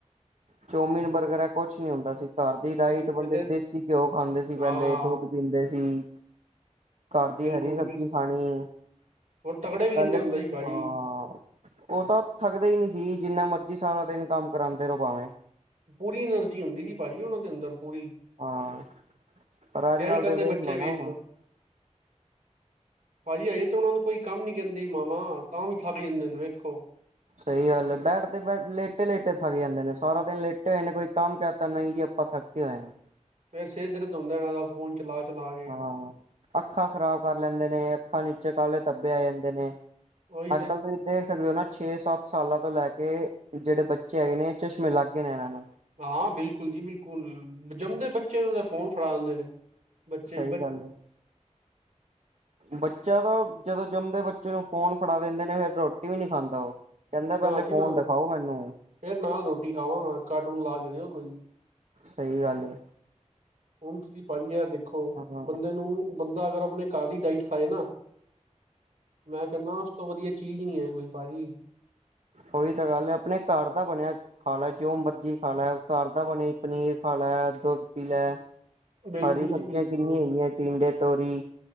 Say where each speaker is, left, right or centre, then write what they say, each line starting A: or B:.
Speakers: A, on the right; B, on the right.
A: ਚੋਮਿਨ, ਬਰਗਰ ਹੈ ਕੁਛ ਨੀ ਹੁੰਦਾ ਸੀ। ਘਰ ਦੀ ਡਾਇਟ
B: ਭਾਜੀ ਪਹਿਲੇ
A: ਬੰਦੇ ਦੇਸੀ ਘਿਓ ਖਾਂਦੇ ਸੀ
B: ਹਾਂ
A: ਪਹਿਲੇ, ਦੁੱਧ ਪੀਂਦੇ ਸੀ। ਘਰ ਦੀ
B: ਬਿਲਕੁਲ
A: ਹਰੀ ਸਬਜ਼ੀ
B: ਬਿਲਕੁਲ
A: ਖਾਣੀ
B: ਹੋਰ ਤਕੜੇ ਵੀ
A: ਪਲ
B: ਕਿੰਨੇ ਹੁੰਦੇ ਸੀ ਭਾਜੀ
A: ਹਾਂ ਉਹ ਤਾਂ ਥੱਕਦੇ ਹੀ ਨਈ ਸੀ। ਜਿੰਨਾ ਮਰਜੀ ਸਾਰਾ ਦਿਨ ਕੰਮ ਕਰਾਉਂਦੇ ਰਹੋ ਭਾਵੇਂ।
B: ਪੂਰੀ ਐਨਰਜੀ ਹੁੰਦੀ ਸੀ, ਭਾਜੀ ਉਹਨਾਂ ਦੇ ਅੰਦਰ ਪੂਰੀ।
A: ਹਾਂ ਪਰ ਅੱਜ
B: ਤੇ ਆਈ ਕੱਲ ਦੇ ਬੱਚੇ
A: ਲੋ
B: ਵੇਖ
A: ਨਾ
B: ਲਓ। ਭਾਜੀ ਅਜੇ ਤੇ ਉਹਨਾਂ ਨੂੰ ਕੋਈ ਕੰਮ ਨੀ ਕਹਿੰਦੀ ਮਾਵਾਂ ਤਾਂ ਵੀ ਥੱਕ ਜਾਂਦੇ ਨੇ। ਵੇਖੋ
A: ਸਹੀ ਗੱਲ ਬੈਠ ਤੇ ਬੈਠ ਲੇਟੇ, ਲੇਟੇ ਥੱਕ ਜਾਂਦੇ ਨੇ। ਸਾਰਾ ਦਿਨ ਲੇਟੇ ਹੋਏ ਨੇ ਕੋਈ ਕੰਮ ਕਤਾ ਨਹੀਂ ਜੀ ਆਪਾਂ ਥੱਕ ਕੀ ਹੋਏਆ?
B: ਫੇਰ ਸਿਰ ਦਰਦ ਹੁੰਦਾ ਨਾ ਫੋਨ ਚਲਾ, ਚਲਾ ਕੇ।
A: ਹਾਂ ਅੱਖਾਂ ਖ਼ਰਾਬ ਕਰ ਲੈਂਦੇ ਨੇ ਅੱਖਾਂ ਨੀਚੇ ਕਾਹਲੇ ਧੱਬੇ ਆ ਜਾਂਦੇ ਨੇ।
B: ਉਹੀ ਤੇ
A: ਅੱਜ-ਕੱਲ੍ਹ ਦੇਖ ਸਕਦੇ ਹੋ ਨਾ ਛੇ ਸੱਤ ਸਾਲਾਂ ਤੋਂ ਲੈ ਕੇ ਜਿਹੜੇ ਬੱਚੇ ਹੈਗੇ ਨੇ ਚਸ਼ਮੇ ਲੱਗ ਗਏ ਨੇ ਇਹਨਾਂ ਨੂੰ।
B: ਹਾਂ ਬਿਲਕੁਲ ਜੀ, ਬਿਲਕੁਲ ਜੰਮਦੇ ਬੱਚੇ ਨੇ ਉਹਦੇ ਫੋਨ ਫੜਾ ਦਦੇ ਨੇ। ਬੱਚੇ
A: ਸਹੀ
B: ਬ
A: ਗੱਲ ਐ।
B: <unintelligible>
A: ਬੱਚਾ ਤਾਂ ਜਦੋਂ ਜੰਮਦੇ ਬੱਚੇ ਨੂੰ ਫੋਨ ਫੜਾ ਦਿੰਦੇ ਨੇ, ਫਿਰ ਰੋਟੀ ਵੀ ਨਹੀਂ ਖਾਂਦਾ ਉਹ। ਕਹਿੰਦਾ ਪਹਿਲੇ
B: ਨਾ ਜੀ
A: ਫੋਨ
B: ਨਾ
A: ਦਿਖਾਓ ਮੈਨੂੰ
B: ਫੇਰ ਨਾਲ ਰੋਟੀ ਖਾਵਾਂ ਕਾਰਟੂਨ ਲਾ ਕੇ ਦਿਓ ਕੋਈ।
A: ਸਹੀ ਗੱਲ ਏ।
B: ਹੁਣ ਤੁਸੀਂ ਭਾਈਏ ਦੇਖੋ
A: ਹਾਂ
B: ਬੰਦੇ ਨੂੰ ਬੰਦਾ ਅਗਰ ਆਪਣੇ ਘਰ ਦੀ ਡਾਇਟ ਖਾਏ ਨਾ ਮੈਂ ਕੇਹਨਾ ਉਸ ਤੋਂ ਵਧੀਆ ਚੀਜ਼ ਨੀ ਹੈ ਕੋਈ ਭਾਜੀ।
A: ਉਹੀ ਤਾਂ ਗੱਲ ਹੈ ਆਪਣੇ ਘਰ ਦਾ ਬਣਿਆ। ਖਾ ਲੈ ਜੋ ਮਰਜੀ ਖਾ ਲੈ ਘਰ ਦਾ ਬਣੇ ਪਨੀਰ ਖਾ ਲੈ ਦੁੱਧ ਪੀ ਲੈ।
B: ਬਿਲਕੁਲ
A: ਹਰੀ ਸਬਜ਼ੀਆਂ
B: ਜੀ ਬਿਲਕੁਲ।
A: ਕਿੰਨੀਆਂ ਹੈਗੀਆਂ ਪਡੇ ਤੋਰੀ